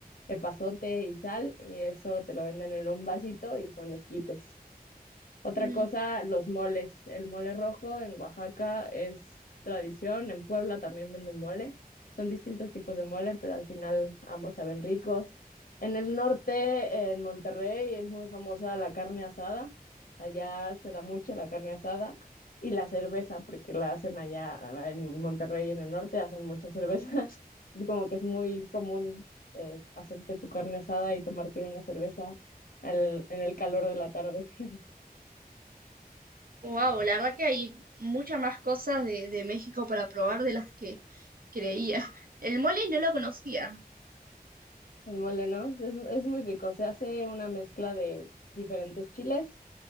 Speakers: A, on the left; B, on the right.
A: epazote y sal, y eso te lo venden en un vasito y son esquites. Otra
B: mm.
A: cosa, los moles. El mole rojo en Oaxaca es tradición, en Puebla también venden mole. Son distintos tipos de mole, pero al final ambos saben ricos. En el norte, en Monterrey, es muy famosa la carne asada. Allá se da mucho la carne asada y la cerveza, porque la hacen allá eh, en Monterrey, en el norte, hacen mucha cerveza. <laughs> Y como que es muy común eh, hacerte tu carne asada y tomarte una cerveza al- en el calor de la tarde. <laughs>
B: Wow, la verdad que hay muchas más cosas de, de México para probar de las que creía. El mole no lo conocía.
A: El mole, ¿no? Es, es muy rico. Se hace una mezcla de diferentes chiles